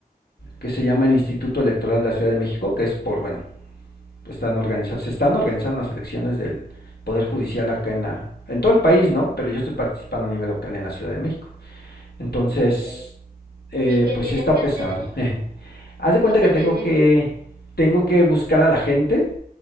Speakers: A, on the left; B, on the right.
A: que se llama el Instituto Electoral de la Ciudad de México, que es por bueno, están organizando, se están organizando las elecciones del Poder Judicial acá en la en todo el país, ¿no? Pero yo estoy participando a nivel local en la Ciudad de México. Entonces,
B: Mm, okay.
A: eh,
B: ¿Y qué
A: pues
B: tienes
A: sí está
B: que
A: pesado.
B: hacer allí?
A: <laughs> Haz de cuenta
B: O sea,
A: que tengo
B: tienes...
A: que tengo que buscar a la gente